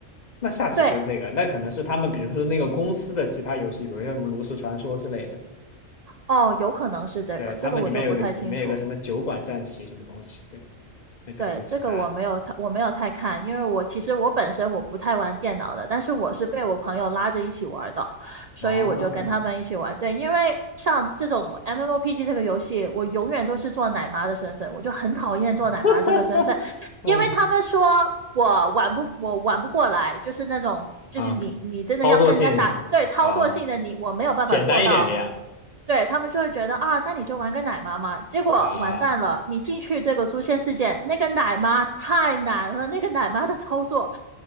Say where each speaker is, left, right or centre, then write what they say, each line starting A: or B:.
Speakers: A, on the left (about 40°); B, on the right (about 80°).
A: 那下棋不是这个，
B: 对，
A: 那可能是他们，比如说那个公司的其他游戏，比如像什么炉石传说之类的。
B: 哦，有可能是这个，
A: 对，他们里面有个里面有个什么酒馆战棋什么东西，
B: 这个我就不太清楚。
A: 对，那可能是其他的。
B: 对，这个我没有太我没有太看，因为我其实我本身我不太玩电脑的，但是我是被我朋友拉着一起玩的。所以我就跟他们一起玩。
A: 哦，
B: 对，因为像这种 MMOPG 这个游戏，我永远都是做奶妈的身份，我就很讨厌做奶妈这个身份，
A: <laughs> 嗯
B: 因为他们说我玩不我玩不过来，就是那种就是你你真的要跟人家打，
A: 啊，操作性是吧？
B: 对操作性的你我没有办法做到。
A: 啊，简单一点的呀。
B: 对，他们就会觉得啊，那你就玩个奶妈嘛。结果完蛋了，
A: 啊，
B: 你进去这个诛仙世界，那个奶妈太难了，那个奶妈的操作